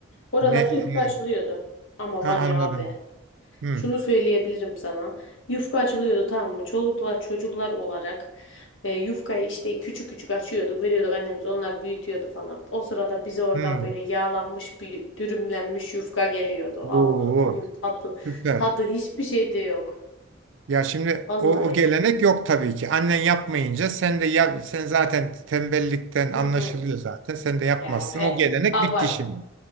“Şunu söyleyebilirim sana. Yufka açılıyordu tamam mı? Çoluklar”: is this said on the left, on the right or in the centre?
Left